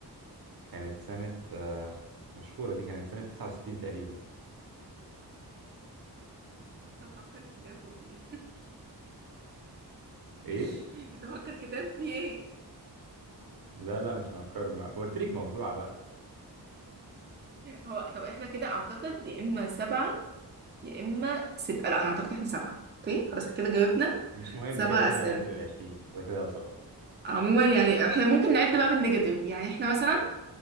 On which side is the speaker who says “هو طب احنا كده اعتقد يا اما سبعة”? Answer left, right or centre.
Right